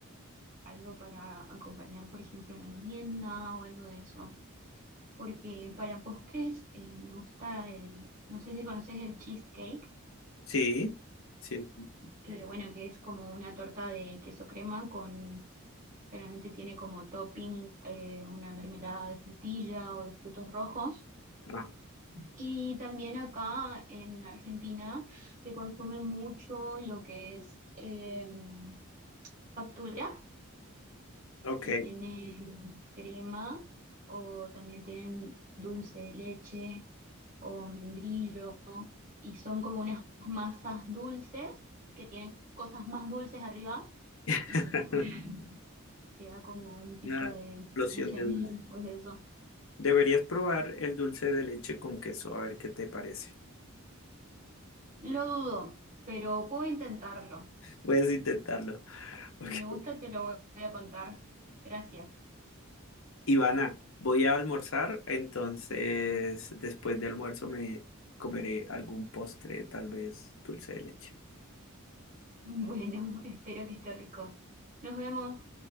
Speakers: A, on the right; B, on the left.
A: algo para acompañar, por ejemplo, una merienda o algo de eso. Porque para postres eh, me gusta el, no sé si conoces el cheesecake,
B: Sí, sí,
A: que bueno, que es como una torta de queso crema con, generalmente tiene como topping eh, una mermelada de frutilla o de frutos rojos.
B: ajá,
A: Y también acá en Argentina se consume mucho lo que es em, facturas
B: ok.
A: que tiene crema o también tienen dulce de leche o membrillo y son como unas masas dulces que tienen cosas más dulces arriba
B: <laughs>
A: y bueno, <laughs> te da como un pico
B: Una explosión
A: de glucemia
B: de dulce.
A: después de eso.
B: Deberías probar el dulce de leche con queso, a ver qué te parece.
A: Lo dudo, pero puedo intentarlo.
B: Puedes intentarlo. <laughs> Ok.
A: Si me gusta te lo voy a contar. Gracias.
B: Ivana, voy a almorzar, entonces después de almuerzo me comeré algún postre, tal vez dulce de leche.
A: Bueno, <laughs> espero que esté rico. Nos vemos.